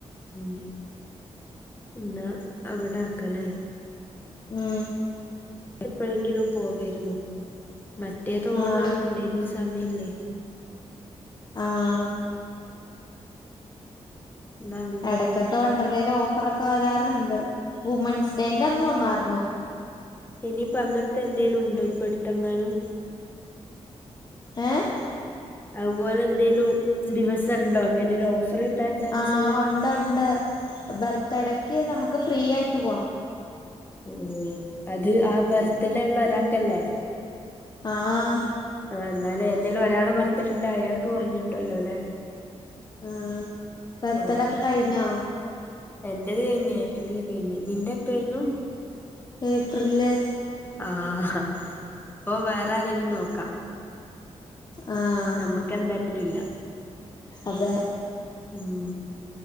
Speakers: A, on the left; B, on the left.
A: ഉം ഇന്നാ അവട ആക്ക ലെ
B: ഉം.
A: എപ്പഴെങ്കിലും പോവെര്ന്നു മറ്റേത് ഓണം
B: ആഹ്
A: ആവണ്ടേ ഇഞ്ഞും സമയല്ലെ
B: ആഹ്.
A: എന്നാ അങ്ങനെ
B: എടക്കൊക്കെ
A: ചെയ്യാം
B: വണ്ടർലെല് ഓഫറൊക്കെ വരാറ്ണ്ട് വുമൻസ് ഡേന്റെ അന്ന് വന്നാർന്നു.
A: ഇനിയിപ്പ അങ്ങൻത്തെ എന്തേലു ഉണ്ടോ ഇപ്പട്ത്തെങ്ങാനും.
B: ഏഹ്.
A: അതുപോലെ. എന്തേലും ദിവസം ഇണ്ടോ ഇങ്ങനെരു ഓഫറ് കിട്ടാൻ ചാൻസ്ള്ളെ
B: ആഹ് ഉണ്ട് ഉണ്ട്. ബർത്ത്ടെക്ക് നമുക്ക് ഫ്രീ ആയിട്ട് പോവാം
A: ഓ അത് ആ ബർത്ത്ഡേള്ള ഒരാക്കല്ലേ
B: ആഹ്.
A: ആ എന്നാല് ഏതേലും ഒരാള് ബർത്തിഡോ ണ്ടായാക്ക് കൊർഞ്ഞിട്ടൊല്ലോ ലെ
B: ആഹ് ബർത്തിഡൊക്കെ
A: ആഹ്
B: കഴിഞ്ഞോ
A: എന്റേത് കഴിഞ്ഞു ഏപ്രിൽ കഴിഞ്ഞ് നിന്റെ എപ്പ ആയിരുന്നു.
B: ഏപ്രില്.
A: ആഹ് അപ്പൊ വേറെ ആരെലും നോക്കാ
B: അഹ് ആഹ്.
A: ഞമ്മക്ക് എന്തായാലും ഇല്ല.
B: അതെ
A: ഉം